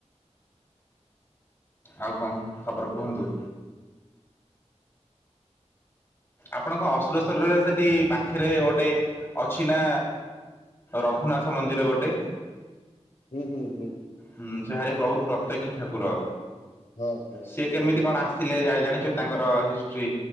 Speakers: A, on the left; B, on the left.
A: ଆଉ କଣ ଖବର କୁହନ୍ତୁ। ଆପଣଙ୍କ ଅସୁରେଶ୍ୱରରେ ସେଠି ପାଖେରେ ଗୋଟେ ଅଛି ନା ରଘୁନାଥ ମନ୍ଦିର ଗୋଟେ?
B: ହୁଁ-ହୁଁ-ହୁଁ।
A: ହୁଁ ସେ ଭାରି ବହୁତ ପ୍ରତ୍ୟକ୍ଷ ଠାକୁର
B: ହଁ ହଁ
A: ସିଏ କେମିତି
B: ରାମଙ୍କର।
A: କଣ ଆସିଲେ ଜା ଜାଣିଛନ୍ତି? ତାଙ୍କର ହିଷ୍ଟ୍ରି।